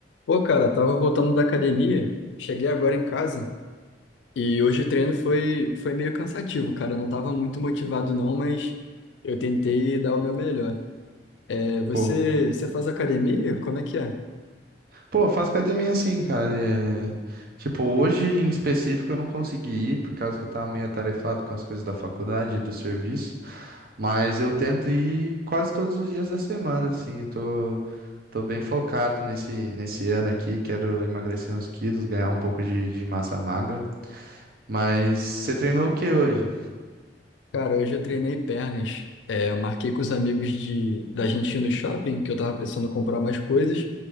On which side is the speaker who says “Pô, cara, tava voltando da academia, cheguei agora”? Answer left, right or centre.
Left